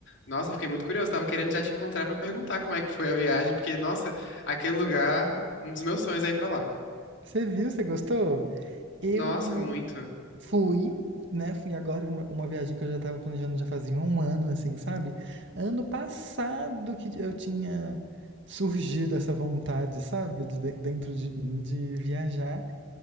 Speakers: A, on the left; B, on the right.
A: Nossa, eu fiquei muito curioso. Tava querendo já te encontrar pra perguntar como é que foi a viagem, porque, nossa, aquele lugar, um dos meus sonhos é ir pra lá.
B: Você viu, você gostou? Eu
A: Nossa, muito.
B: fui, né? Fui agora uma, uma viagem que eu já tava planejando já fazia um ano, assim, sabe? Ano passado que eu tinha surgido essa vontade, sabe? De, de- dentro de mim de viajar